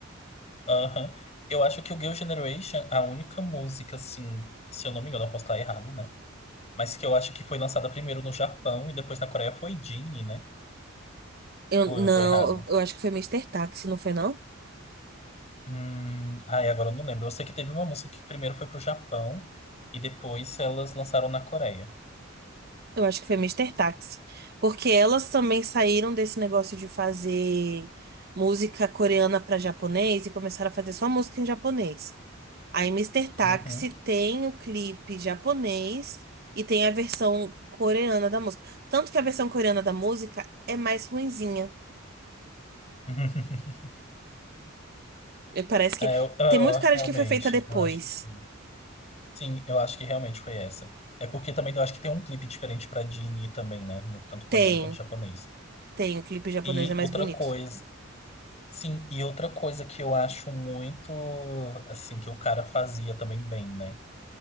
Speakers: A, on the left; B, on the right.
A: Aham. Eu acho que o Girl Generation, a única música, assim, se eu não me engano, eu posso estar errado, né? Mas que eu acho que foi lançada primeiro no Japão e depois na Coreia foi Genie, né?
B: Eu,
A: Ou
B: não,
A: eu tô errado?
B: eu, eu acho que foi Mister Taxi, não foi, não?
A: Hum, ai, agora eu não lembro. Eu sei que teve uma música que primeiro foi pro Japão e depois elas lançaram na Coreia.
B: Eu acho que foi Mister Taxi. Porque elas também saíram desse negócio de fazer música coreana para japonês e começaram a fazer só música em japonês. Aí Mister Taxi
A: Uhum.
B: tem o clipe japonês e tem a versão coreana da música. Tanto que a versão coreana da música é mais ruinzinha.
A: <laughs>
B: E Parece
A: É,
B: que
A: eu, eu- eu-
B: tem muito cara
A: realmente,
B: de que foi feita depois.
A: eu acho que foi. Sim, eu acho que realmente foi essa. É porque também eu acho que tem um clipe diferente pra Dini também, né? Tanto coreano
B: Tem,
A: quanto japonês.
B: tem, o clipe japonês
A: E
B: é mais
A: outra
B: bonito.
A: coisa, sim, e outra coisa que eu acho muito, assim, que o cara fazia também bem, né?